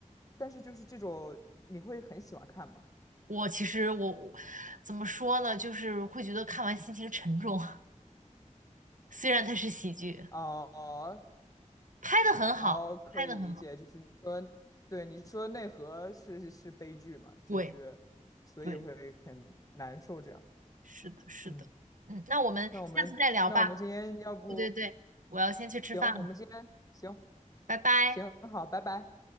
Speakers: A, on the left (about 25°); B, on the right (about 75°).
A: 但是就是这种你会很喜欢看吗？
B: 我其实我我怎么说呢，就是会觉得看完心情沉重，<laughs> 虽然它是喜剧，
A: 哦
B: 拍的很好，
A: 哦，可以理解，
B: 拍的很好。
A: 就是你说，对，你说内核是是悲剧嘛，就是所以会很难受这样，
B: 对对，是的，是的，
A: 嗯，
B: 嗯，那我们下次再聊吧。
A: 那我们那我们今天要不。
B: 对对对，我要先去吃饭了，
A: 行，我们今天行
B: 拜拜。
A: 行好，拜拜。